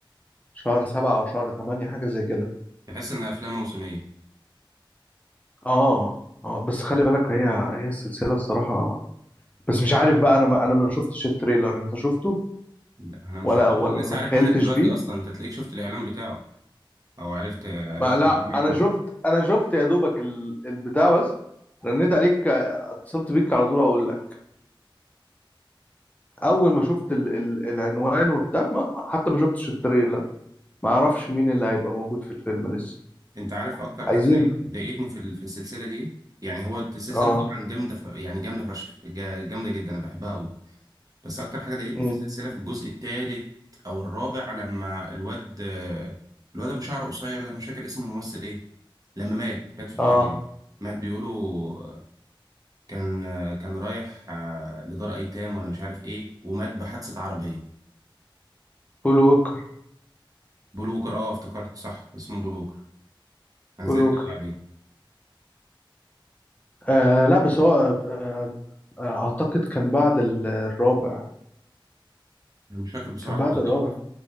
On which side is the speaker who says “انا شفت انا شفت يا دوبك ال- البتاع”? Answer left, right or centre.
Left